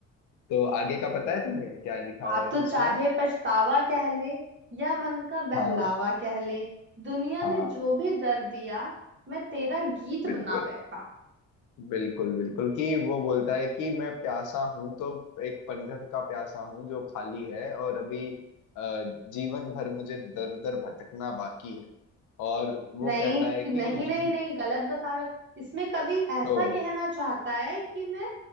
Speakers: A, on the left (about 75°); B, on the right (about 40°).
A: तो आगे का पता है तुम्हें क्या लिखा
B: हाँ
A: हुआ
B: तो
A: है उसमें
B: चाहे पछतावा कह ले या मन का बहलावा
A: हाँ
B: कह ले दुनिया
A: हाँ
B: ने जो भी दर्द दिया मैं तेरा गीत
A: बिल्कुल
B: बना बैठा
A: बिल्कुल बिल्कुल कि वो बोलता है कि मैं प्यासा हूँ तो एक पनघट का प्यासा हूँ जो खाली है और अभी अ, जीवन भर मुझे दर दर भटकना बाकी है और वो
B: नहीं
A: कहता है कि
B: नहीं
A: कुछ
B: नहीं
A: भी
B: नहीं गलत बता रहे हो इसमें कवि ऐसा
A: तो
B: कहना चाहता है कि मैं